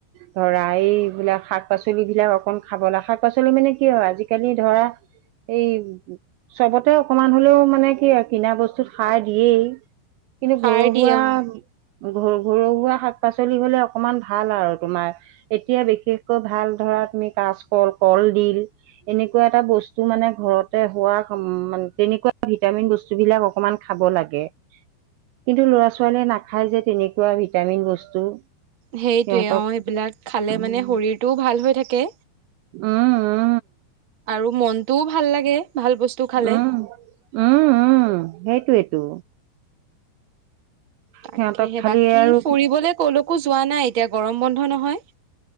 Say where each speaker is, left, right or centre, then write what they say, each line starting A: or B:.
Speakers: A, on the right (about 85°); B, on the right (about 50°).
A: ধৰা এইবিলাক শাক পাচলিবলাক অকন খাব লাগে! শাক পাচলি মানে কি হয় আজিকালি ধৰা এই চবতে অকমান হলেও মানে কি আ কিনা বস্তুত সাৰ দিয়েই কিন্তু
B: সাৰ
A: ঘৰু
B: দিয়ে
A: ঘুৱা
B: অ
A: ঘৰ ঘুৱা শাক পাচলি হলে অকমান ভাল আৰু তোমাৰ এতিয়া বিশেষকৈ ভাল ধৰা তুমি কাচকল কল দিল এনেকুৱা এটা বস্তু মানে ঘৰতে হোৱা অম্ তেনেকুৱা ভিটামিন বস্তু বিলাক অকমান খাব লাগে। কিন্তু ল'ৰা ছোৱালীয়ে নাখায় যে তেনেকুৱা ভিটামিন বস্তু!
B: সেইটোয়ে
A: সিহঁতক
B: অ সেইবিলাক খালে
A: উম
B: মানে শৰীৰটোও ভাল হৈ থাকে
A: উম ও
B: আৰু মনটোও ভাল লাগে ভাল বস্তু খালে
A: উম উম উম সেইটোৱেতো
B: তাকেহে
A: সিহঁতক খালি
B: বাকী
A: আৰু
B: ফুৰিবলে ক'লৈকো যোৱা নাই এতিয়া গৰম বন্ধ নহয়